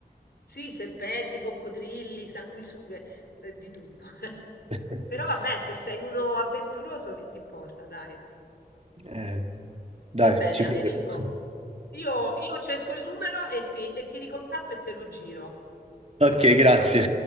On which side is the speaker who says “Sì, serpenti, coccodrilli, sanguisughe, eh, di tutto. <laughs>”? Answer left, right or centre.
Left